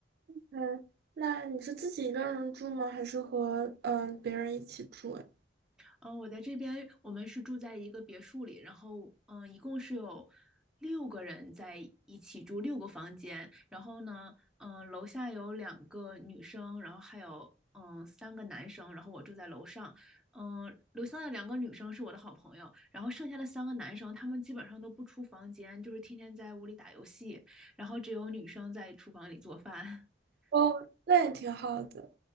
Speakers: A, on the right; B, in the centre.
A: 嗯，那你是自己一个人住吗？还是和嗯别人一起住呀？
B: 嗯，我在这边，我们是住在一个别墅里，然后嗯，一共是有六个人在一起住，六个房间。然后呢，嗯，楼下有两个女生，然后还有嗯三个男生，然后我住在楼上。嗯，楼下的两个女生是我的好朋友，然后剩下的三个男生，他们基本上都不出房间，就是天天在屋里打游戏，然后只有女生在厨房里做饭。<laughs>
A: 哦，那也挺好的。